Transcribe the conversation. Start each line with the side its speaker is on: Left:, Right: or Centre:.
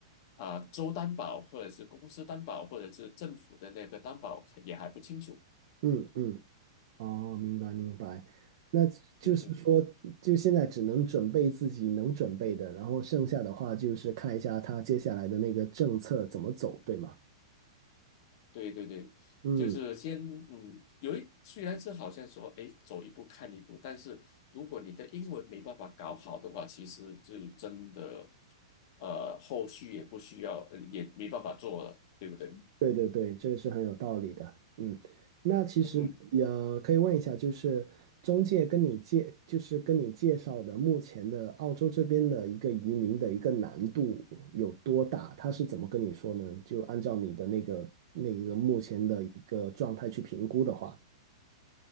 Left: 啊、州担保，或者是公司担保，或者是政府的那个担保，也还不清楚。
Right: 嗯嗯，哦，明白明白。那就是说，
Left: 嗯哼。
Right: 就现在只能准备自己能准备的，然后剩下的话就是看一下他接下来的那个政策怎么走，对吗？
Left: 对对对，
Right: 嗯。
Left: 就是先嗯，有一虽然是好像说哎走一步看一步，但是如果你的英文没办法搞好的话，其实就真的呃后续也不需要，呃也没办法做了，对不对？
Right: 对对对，这是很有道理的。嗯，那其实也可以问一下，
Left: 嗯哼。
Right: 就是中介跟你介，就是跟你介绍的目前的澳洲这边的一个移民的一个难度有多大？他是怎么跟你说呢？就按照你的那个那个目前的一个状态去评估的话，